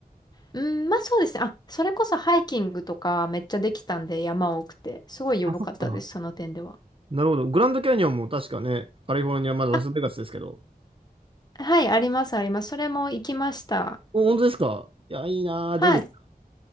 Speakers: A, on the left; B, on the right.
A: うん、まあそうですね。あ、それこそハイキングとかめっちゃできたんで山多くて、すごい良かったです、
B: あ、そっか。
A: その点では。
B: なるほど。グランドキャニオンも確かね、カリフォルニア、まだラスベガスですけど。
A: あ、はい、あります、あります。それも行きました。
B: お、本当ですかいや、いいなぁ。
A: はい。
B: どうですか